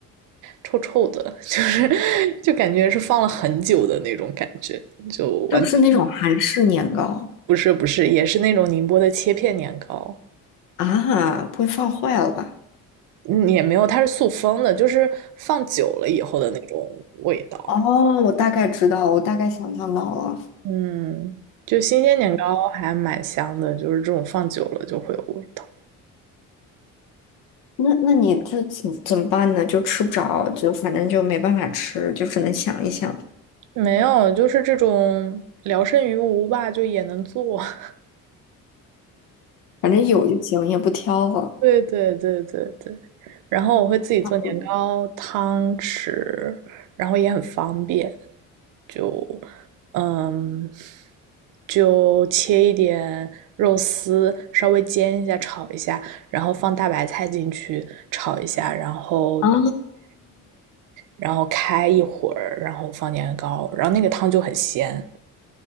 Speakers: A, on the right (about 75°); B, on the left (about 85°).
A: 臭臭的，就是 <laughs> 就感觉是放了很久的那种感觉，就完全
B: 是不是那种韩式年糕
A: 不是不是，也是那种宁波的切片年糕，
B: 啊？不会放坏了吧？
A: 嗯也没有，它是塑封的，就是放久了以后的那种味道。
B: 哦，我大概知道了我大概想象到了。
A: 嗯，就新鲜年糕还蛮香的，就是这种放久了就会有味道。
B: 那那你这怎怎么办呢？就吃不着，就反正就没办法吃，就只能想一想，
A: 没有，就是这种聊胜于无吧，就也能做。<laughs>
B: 反正有就行，也不挑了。
A: 对对对对对，然后我会自己做年糕汤吃，
B: 啊不
A: 然后也很方便，就嗯，就切一点肉丝，稍微煎一下，炒一下，然后放大白菜进去炒一下，然后
B: 啊，
A: 然后开一会儿，然后放年糕，然后那个汤就很鲜。